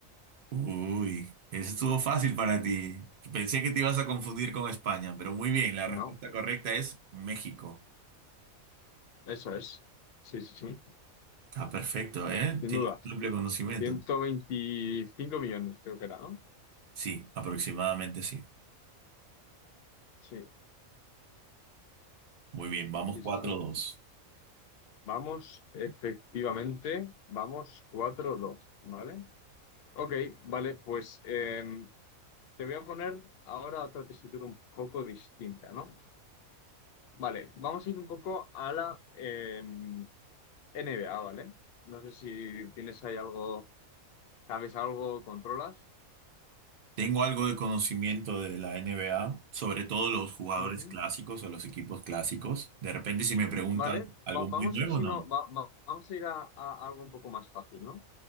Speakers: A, on the right (about 50°); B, on the left (about 65°).
A: Uy, eso estuvo fácil para ti. Pensé que te ibas a confundir con España, pero muy bien, la
B: No,
A: respuesta correcta es México.
B: eso es. Sí, sí, sí.
A: Está perfecto, ¿eh?
B: Sin
A: Tiene
B: duda.
A: un amplio conocimiento.
B: 125 millones, creo que era, ¿no?
A: Sí, aproximadamente sí.
B: Sí,
A: Muy bien, vamos
B: sí,
A: cuatro
B: sí,
A: dos.
B: sí. Vamos, efectivamente, vamos cuatro dos ¿vale? Ok, vale, pues em, te voy a poner ahora otra tesitura un poco distinta, ¿no? Vale, vamos a ir un poco a la em, NBA, ¿vale? No sé si tienes ahí algo, sabes algo, controlas.
A: Tengo algo de conocimiento de la NBA, sobre todo los jugadores
B: Ujú.
A: clásicos o los equipos clásicos. De repente, si me preguntan
B: Vale,
A: algo
B: va-
A: muy
B: vamos
A: nuevo,
B: a ir, si
A: no.
B: no, va- va- vamos a ir a, a algo un poco más fácil, ¿no?